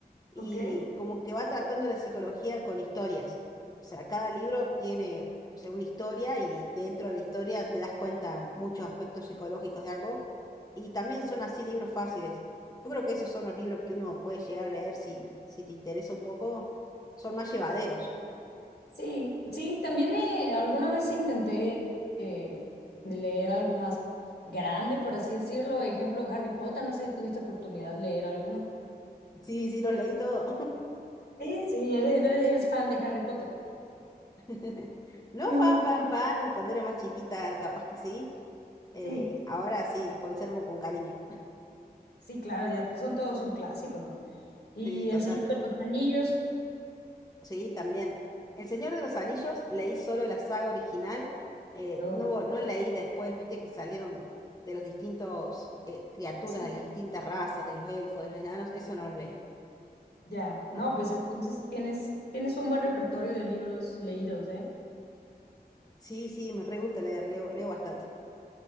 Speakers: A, on the left; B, on the left.
A: y
B: Ok.
A: como que va tratando la psicología con historias. O sea, cada libro tiene, o sea, una historia y dentro de la historia te das cuenta muchos aspectos psicológicos de algo. Y también son así libros fáciles. Yo creo que esos son los libros que uno puede llegar a leer si, si te interesa un poco. Son más llevaderos.
B: Sí, sí, también eh, alguna vez intenté eh, de leer algo más grande, por así decirlo. Ejemplo, Harry Potter, no sé si tuviste oportunidad de leer alguno.
A: Sí, sí, los leí todo.
B: Eh, sí, eres, eres fan de Harry Potter.
A: <laughs> No
B: Mm,
A: fan, fan, fan. Cuando era más chiquita, capaz que sí. Eh,
B: sí,
A: ahora sí, los conservo con cariño.
B: sí, claro, ya son todos un clásico. Y
A: Sí, total.
B: El Señor de los Anillos.
A: Sí, también. El Señor de los Anillos leí solo la saga original, eh,
B: Oh,
A: no, vol- no leí después, viste que salieron de los distintos eh, criaturas,
B: sí,
A: de las distintas razas, de los elfos, de los enanos, eso no lo leí.
B: ya.
A: No,
B: No,
A: no.
B: pues entonces tienes, tienes un buen repertorio de libros leídos, ¿eh?
A: Sí, sí, me re gusta leer, leo, leo bastante.